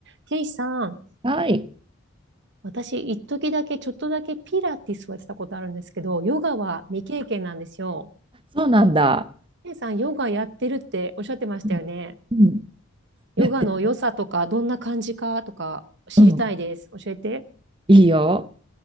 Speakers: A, on the right (about 55°); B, on the right (about 25°).
A: ケイさん、
B: はい。
A: 私、一時だけ、ちょっとだけピラティスをやってたことあるんですけど、ヨガは未経験なんですよ。
B: そうなんだ。
A: ケイさん、ヨガやってるっておっしゃってましたよね。
B: うんうん
A: ヨガの良さとか、
B: やって、
A: どんな感じかとか、知りたいです。
B: うん。
A: 教えて。
B: いいよ。